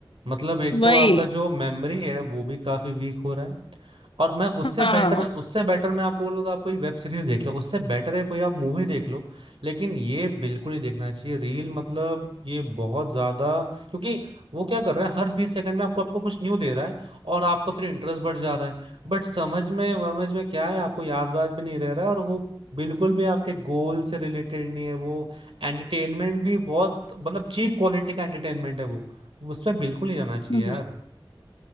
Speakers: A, on the right; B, on the left.
A: मतलब एक तो
B: वही
A: आपका जो मेमोरी है वो भी काफी वीक हो रहा है और मैं उससे
B: हाँ
A: बेटर उससे बेटर मैं आपको बोलूँ तो आप कोई वेब सीरीज देख लो उससे बेटर है कोई आप मूवी देख लो लेकिन ये बिल्कुल नहीं देखना चाहिए रील मतलब ये बहुत ज्यादा क्योंकि वो क्या कर रहा है हर बीस सेकंड में आपको आपको कुछ न्यू दे रहा है और आपका फिर इंटरेस्ट बढ़ जा रहा है बट समझ में समझ में क्या है आपको याद वाद भी नहीं रह रहा है और वो बिल्कुल भी आपके गोल से रिलेटेड नहीं है वो एंटरटेनमेंट भी बहुत मतलब चीप क्वालिटी का एंटरटेनमेंट है वो उसमें बिल्कुल नहीं जाना चाहिए
B: हम्म,
A: यार